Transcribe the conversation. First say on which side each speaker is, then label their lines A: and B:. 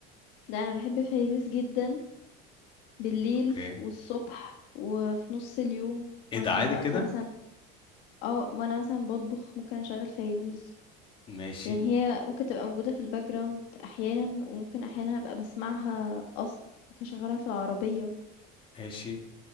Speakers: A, on the left; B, on the left.
A: ده انا بحب فيروز جدا بالليل
B: اوكي
A: والصبح وفي نص اليوم
B: ايه
A: وانا
B: ده عادي
A: واقفه
B: كده؟
A: مثلا اه وانا مثلا بطبخ ممكن اشغل فيروز
B: ماشي
A: يعني هي ممكن تبقى موجوده في الباك جراوند احيانا وممكن احيانا ابقى بسمعها قصد ممكن اشغلها في العربيه
B: ماشي